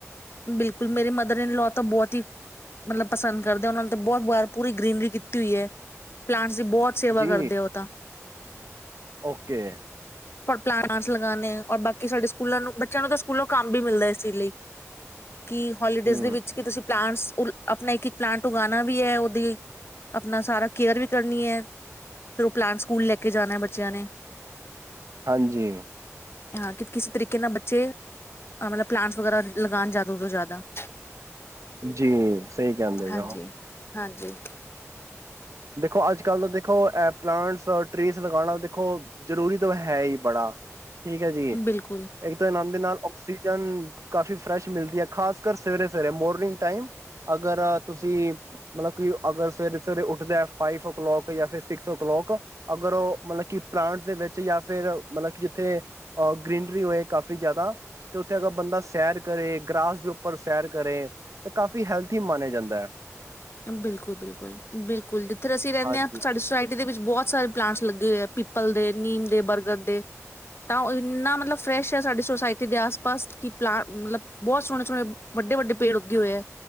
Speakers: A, on the left; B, on the right.
A: ਬਿਲਕੁਲ ਮੇਰੇ ਮਦਰ ਇਡ ਲੋਅ ਤਾਂ ਬਹੁਤ ਹੀ ਮਤਲਬ ਪਸੰਦ ਕਰਦੇ ਉਹਨਾਂ ਨੂੰ ਤਾਂ ਬਹੁਤ ਗਰ ਪੂਰੀ ਗ੍ਰੀਨਰੀ ਕੀਤੀ ਹੋਈ ਹੈ ਪਲਾਂਟਸ ਅਸੀਂ ਬਹੁਤ ਸੇਵਾ
B: ਜੀ
A: ਕਰਦੇ ਹ ਉਹ ਤਾਂ
B: ਓਕੇ
A: ਪਲਾਨਟਸ ਲਗਾਣੇ ਔ ਬਾਕੀ ਕਿ ਸਾਡੇ ਸਕੂਲਾਂ ਨੂੰ ਬੱਚਿਆਂ ਨੂੰ ਤਾਂ ਸਕੂਲੋਂ ਕੰਮ ਵੀ ਮਿਲਦਾ ਇਸ ਚੀਜ਼ ਲਈ ਕਿ ਹੋਲੀਡੇਜ਼
B: ਹਮ
A: ਦੇ ਵਿੱਚ ਕਿ ਤੁਸੀਂ ਪਲਾਂਟਸ ਆਪਣਾ ਇੱਕ ਇੱਕ ਪਲਾਂਟ ਤੋਂ ਗਉਣਾ ਵੀ ਹੈ ਉਹਦੀ ਆਪਣਾ ਸਾਰਾ ਕੇਅਰ ਵੀ ਕਰਨੀ ਹੈ, ਫਿਰ ਉਹ ਪਲਾਨ ਸਕੂਲ ਲੈ ਕੇ ਜਾਣਾ ਬੱਚਿਆਂ ਨੇ
B: ਹਾਂਜੀ
A: ਹਾਂ, ਕਿ ਕਿਸੇ ਤਰੀਕੇ ਨਾਲ ਬੱਚੇ ਅ ਮਤਲਬ ਕ੍ਲਾਂਸ ਵਗੈਰਾ ਲਗਾਉਣ <unintelligible> ਜ਼ਿਆਦਾ ਤੋਂ ਜ਼ਿਆਦਾ <unintelligible>
B: ਜੀ ਸਹੀ ਕਹਿੰਦੇ
A: ਹਾਂਜੀ,
B: ਪੇ ਓ
A: ਹਾਂਜੀ
B: ਦੇਖੋ ਅੱਜ-ਕੱਲ ਦੇਖੋ ਅ ਪਲਾਂਟਸ ਟਰੀਜ਼ ਲਗਾਉਣਾ ਦੇਖੋ ਜ਼ਰੂਰੀ ਤਾਂ ਹੈ ਹੀ ਬੜਾ ਠੀਕ ਹੈ ਜੀ ਇੱਕ
A: ਬਿਲਕੁਲ।
B: ਤਾਂ ਆਨੰਦ ਦੇ ਨਾਲ ਆਕਸੀਜਨ ਕਾਫੀ ਫਰੈਸ਼ ਮਿਲਦੀ ਹੈ, ਖਾਸ ਕਰ ਸਵੇਰੇ ਸਵੇਰੇ ਮੋਰਨਿੰਗ ਟਾਈਮ ਅਗਰ ਤੁਸੀਂ ਮਤਲਬ ਕਿ ਅਗਰ ਸਵੇਰੇ ਸਵੇਰੇ ਉੱਠਦਾ ਫਾਈਵ ਓ ਕ੍ਲਾਕ ਜਾਂ ਫਿਰ ਸਿਕਸ ਓ ਕਲਲਾਕ ਅਗਰ ਉਹ ਮਤਲਬ ਕਿ ਪਲਾਂਟਸ ਦੇ ਵਿੱਚ ਜਾਂ ਫਿਰ ਮਤਲਬ ਕਿ ਜਿੱਥੇ ਗ੍ਰੀਨਰੀ ਹੋਏ ਕਾਫ਼ੀ ਜ਼ਿਆਦਾ ਤੇ ਉੱਥੇ ਅਗਰ ਬੰਦਾ ਸੈਰ ਕਰੇ ਗਰਸ ਦੇ ਉੱਪਰ ਸੈਰ ਕਰੇ ਤਾਂ ਕਾਫ਼ੀ ਹੈਲਥੀ ਮਨਿਆ ਜਾਂਦਾ ਹੈ
A: ਬਿਲਕੁਲ-ਬਿਲਕੁਲ ਬਿਲਕੁਲ ਜਿੱਥੇ ਅਸੀਂ ਰਹਿੰਦੇ
B: ਹਾਂਜੀ
A: ਹਾਂ ਸਾਡੀ ਸੁੋਸਾਇਟੀ ਦੇ ਵਿੱਚ ਬਹੁਤ ਬਹੁਤ ਸਾਰੇ ਪਲਾਂਟਸ ਲੱਗੇ ਹੋਏ ਹੈ, ਪਿੱਪਲ ਦੇ ਨੀਮ ਦੇ ਬਰਗਰ ਦੇ ਤਾਂ ਇੰਨਾ ਮਤਲਬ ਫਰੈਸ਼ ਹੈ ਸਾਡੀ ਸੋਸਾਇਟੀ ਦੇ ਆਸ ਪਾਸ ਕਿ ਪਲਾਂਟ ਮਤਲਬ ਬਹੁਤ ਸੋਹਣੇ ਸੋਹਣੇ ਵੱਡੇ ਵੱਡੇ ਪੇੜ ਉੱਗੇ ਹੋਏ ਹੈ